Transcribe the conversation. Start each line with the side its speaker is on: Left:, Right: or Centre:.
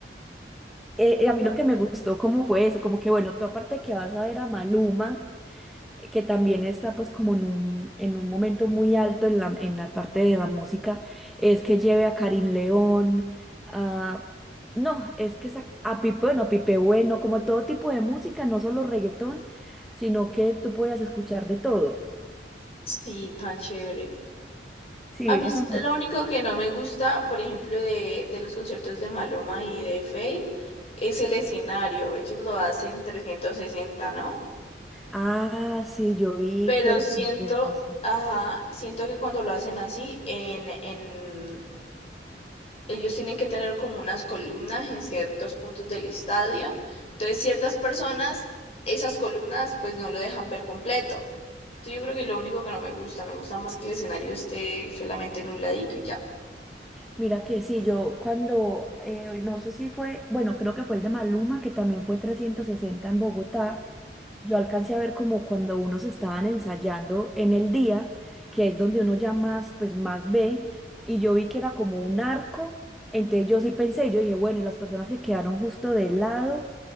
Centre: eh, eh, a mí lo que me gustó cómo fue eso, como que bueno, tú aparte de que vas a ver a Maluma, eh, que también está pues como en un, en un momento muy alto en la, en la parte de la música, es que lleve a Karin León, a... No, es que esa- a Pipe, bueno, Pipe Bueno, como todo tipo de música, no solo reggaetón, sino que tú podías escuchar de todo.
Left: Sí, tan chévere.
Centre: Sí,
Left: A mí
Centre: esa...
Left: s-
Centre: me-
Left: lo único que no me gusta, por ejemplo, de, de los conciertos de Maluma y de Fate, es el escenario. Ellos lo hacen 360, ¿no?
Centre: Ah, sí, yo vi
Left: Pero
Centre: que el
Left: siento,
Centre: concierto, sí.
Left: ajá, siento que cuando lo hacen así, en, en, ellos tienen que tener como unas columnas en ciertos puntos del estadio. Entonces, ciertas personas, esas columnas, pues no lo dejan ver completo. Entonces, yo creo que lo único que no me gusta, me gusta más que el escenario esté solamente en un ladito y ya.
Centre: Mira que sí, yo cuando, eh, no sé si fue, bueno, creo que fue el de Maluma, que también fue 360 en Bogotá, yo alcancé a ver como cuando unos estaban ensayando en el día, que es donde uno ya más, pues más ve, y yo vi que era como un arco, entonces yo sí pensé, yo dije, bueno, y las personas que quedaron justo del lado